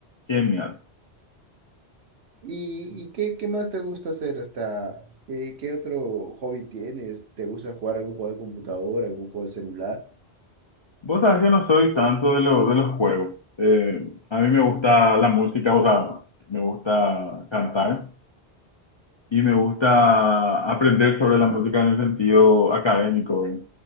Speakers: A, on the left; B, on the right.
A: genial.
B: ¿Y, y qué, qué más te gusta hacer hasta, qué, qué otro hobby tienes? ¿Te gusta jugar algún juego de computadora, algún juego de celular?
A: Vos sabés que no soy tanto de, lo- de los juegos. Eh, a mí me gusta la música, o sea, me gusta cantar y me gusta aprender sobre la música en el sentido académico, ¿verdad?